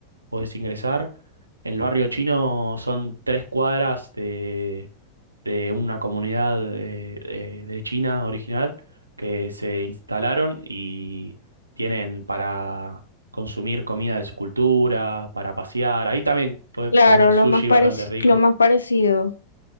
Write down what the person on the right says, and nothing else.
podés ingresar. En el barrio chino son tres cuadras de, de una comunidad eh, eh, de China original que se instalaron y tienen para consumir comida de su cultura, para pasear. Ahí también puedes
comer sushi
bastante rico.